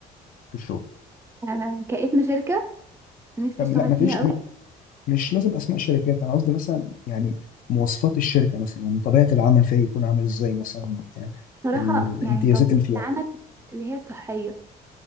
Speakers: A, on the left (about 55°); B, on the right (about 15°).
A: في الشغل
B: آه كاسم شركه نفسي
A: طب
B: اشتغل
A: لا ما
B: فيها
A: تقوليش
B: قوي
A: مش لازم اسماء شركات انا قصدي مثلا يعني مواصفات الشركه مثلا يعني طبيعه العمل فيها يكون عامل ازاي مثلا يعني
B: صراحه
A: الامتيازات
B: يعني طبيعه
A: اللي فيها
B: العمل اللي هي الصحيه